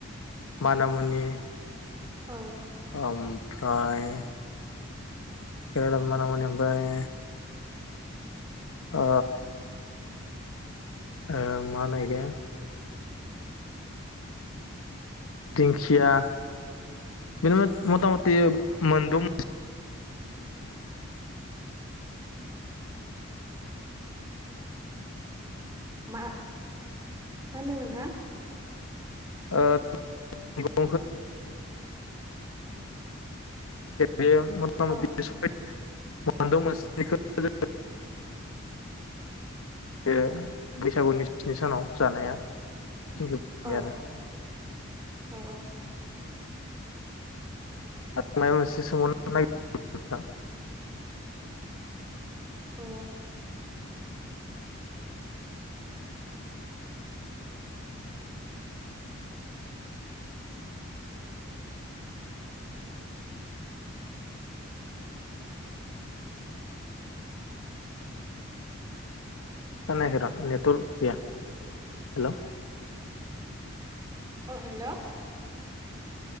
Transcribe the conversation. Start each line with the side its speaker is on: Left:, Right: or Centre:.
Left: माना मुनि
Right: औ
Left: ओमफ्राय ओ माना मुनि ओमफ्राय ओ ओ मा होनो इखो दिंखिया बिनो मथा मथि मोन द'
Right: मा मा होनदों नोंथां?
Left: ओ <unintelligible> बे मथा मथि
Right: औ
Left: <unintelligible> मोनद' मोनस्निखौ <unintelligible> बे बैसागुनि स्नि सानाव जानाया <unintelligible>
Right: औ औ औ
Left: आरो माबा मोनसे सोंबावनो <unintelligible>
Right: अ
Left: खोनायखै र' नेटवर्क गैया हेल'
Right: अ हेल'